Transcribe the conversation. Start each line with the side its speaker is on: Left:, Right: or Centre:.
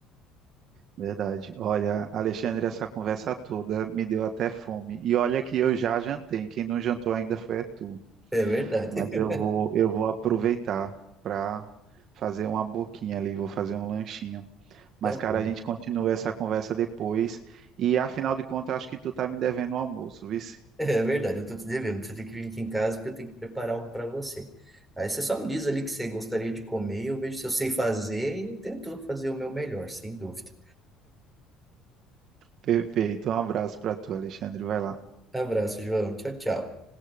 Right: Verdade. Olha, Alexandre, essa conversa toda me deu até fome. E olha que eu já jantei. Quem não jantou ainda foi é tu.
Centre: É verdade.
Right: Mas
Centre: <laughs>
Right: eu vou, eu vou aproveitar para fazer uma boquinha ali, vou fazer um lanchinho. Mas,
Centre: Tá
Right: cara,
Centre: bom.
Right: a gente continua essa conversa depois. E afinal de contas, acho que tu tá me devendo um almoço, vice.
Centre: É verdade, eu tô te devendo. Você tem que vir aqui em casa porque eu tenho que preparar algo para você. Aí você só me diz ali o que você gostaria de comer, eu vejo se eu sei fazer e eu tento fazer o meu melhor, sem dúvida.
Right: Perfeito. Um abraço para tu, Alexandre. Vai lá.
Centre: Abraço, João. Tchau, tchau.